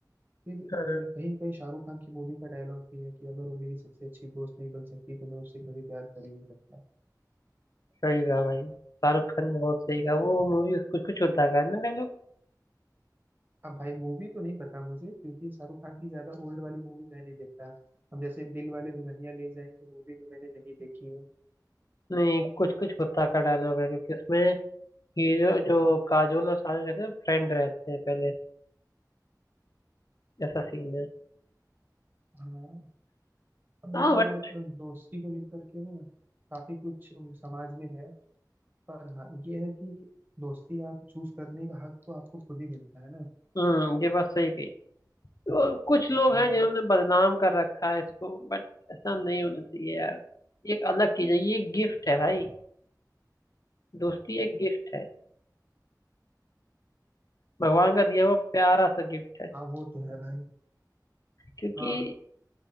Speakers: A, on the right; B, on the left.
A: फिर अ,
B: हाँ
A: कहीं ना कहीं शाहरुख खान की मूवी का डायलॉग भी है कि अगर वो मेरी सबसे अच्छी दोस्त नहीं बन सकती तो मैं उससे कभी प्यार कर ही नहीं सकता
B: सही कहा भाई शाहरुख खान ने बहुत सही कहा वो मूवी कुछ कुछ होता का है ना डायलॉग
A: अब भाई मूवी तो नहीं पता मुझे क्योंकि शाहरुख खान की ज्यादा ओल्ड वाली मूवी मैं नहीं देखता अब जैसे दिल वाले दुल्हनिया ले जाएंगे मूवी में मैंने नहीं देखी है
B: नहीं कुछ कुछ होता का डायलॉग है क्योंकि उसमें हीरो जो काजोल और शाहरुख रहते हैं फ्रेंड रहते हैं पहले ऐसा सीन है
A: हाँ अब देखो
B: हाँ बट
A: यार दोस्ती को लेकर के ना काफी कुछ समाज में है पर हाँ ये है कि दोस्ती आप चूज करने का हक तो आपको खुद ही मिलता है ना
B: हम्म ये बात सही कही तो कुछ लोग
A: हाँ
B: हैं जिन्होंने बदनाम कर रखा है इसको बट ऐसा नहीं होना चाहिए यार ये एक अलग चीज है ये गिफ्ट है भाई दोस्ती एक गिफ्ट है भगवान का दिया हुआ प्यारा सा गिफ्ट है
A: हाँ वो तो है भाई
B: क्योंकि
A: हाँ